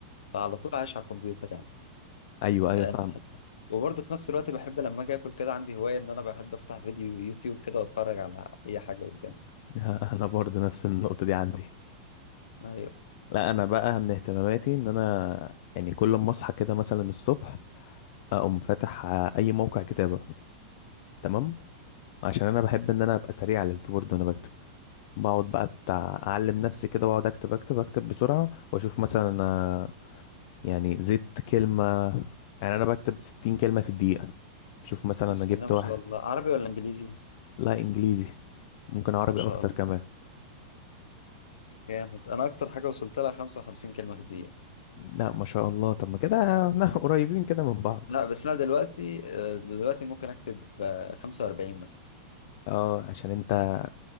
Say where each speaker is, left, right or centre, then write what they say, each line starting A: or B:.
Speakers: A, on the left; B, on the left.
A: فعلى طول عايش على الكمبيوتر يعني
B: ايوه ايوه
A: آه،
B: فاهم
A: وبرضه في نفس الوقت بحب لما اجي اكل كده عندي هوايه ان انا بحب افتح فيديو يوتيوب كده واتفرج على اي حاجه قدامي
B: <laughs> انا برضو نفس النقطه دي عندي
A: ايوه
B: لا انا بقى من اهتماماتي ان انا يعني كل ما اصحى كده مثلا الصبح اقوم فاتح آه، اي موقع كتابه تمام عشان انا بحب ان انا ابقى سريع على الكيبورد وانا بكتب بقعد بقى بتاع اعلم نفسي كده واقعد اكتب اكتب اكتب بسرعه واشوف مثلا انا يعني زدت كلمه يعني انا بكتب 60 كلمه في الدقيقه شوف مثلا
A: بسم
B: انا جبت
A: الله ما
B: واحد
A: شاء الله عربي ولا انجليزي
B: لا انجليزي ممكن عربي
A: ما شاء
B: اكتر
A: الله
B: كمان
A: جامد انا اكتر حاجه وصلت لها 55 كلمه في الدقيقه
B: لا ما شاء الله طب ما كده احنا <laughs> قريبين كده من بعض
A: لا بس انا دلوقتي آه، دلوقتي ممكن اكتب آه، 45 مثلا
B: اه عشان انت